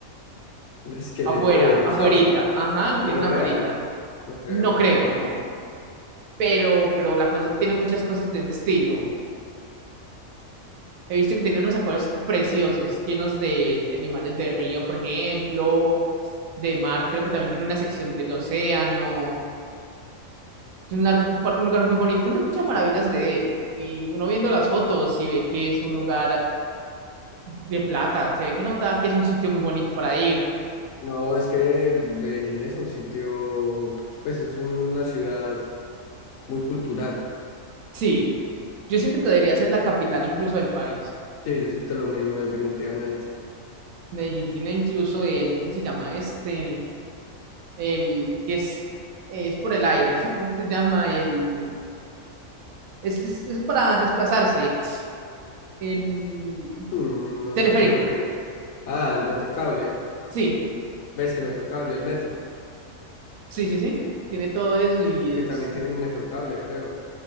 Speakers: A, on the left; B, on the right.
A: Un esqueleto
B: afuera,
A: de dinosaurio,
B: afuerita, ajá, lo tienen
A: pero real,
B: afuerita,
A: no creo.
B: no creo, no, pero, pero la cosa es que tiene muchas cosas de ese estilo, he visto que tienen unos acuarios preciosos, llenos de, de animales de río, por ejemplo, de mar, creo que también tiene una sección del océano, Es un, lar- un par- un lugar muy bonito. Siempre he escuchado maravillas de él. Y uno viendo las fotos y ve que es un lugar de plata. Se ve que nota que es un sitio muy bonito para ir.
A: No, es que Medellín es un sitio, pues es una ciudad muy cultural.
B: Sí. Yo siento que debería ser la capital incluso del país.
A: Sí, yo siento lo mismo definitivamente. <laughs>
B: Medellín tiene incluso el, ¿cómo se llama este? El que es, es por el aire. <laughs> ¿Cómo se llama? El, es, es- es para desplazarse. El
A: Hmm, no sé
B: teleférico.
A: a qué se refiere. Ah, el Metrocable.
B: Sí,
A: ¿Ves que Metrocable, el metro?
B: sí, sí, sí. Tiene todo eso y
A: Ok, también
B: es...
A: tienen metrocable, creo.